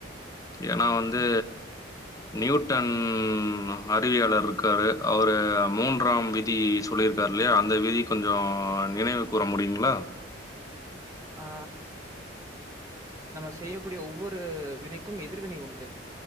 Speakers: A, on the left; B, on the right.
A: ஏன்னா வந்து
B: ச
A: நியூட்டன் அறிவியாளர் இருக்காரு அவரு மூன்றாம் விதி சொல்லியிருக்காரு இல்லையா அந்த விதி கொஞ்சோ நினைவு கூற முடியுங்களா
B: ஆ நம்ம செய்யக்கூடிய ஒவ்வொரு வினைக்கும் எதிர்வினை உண்டு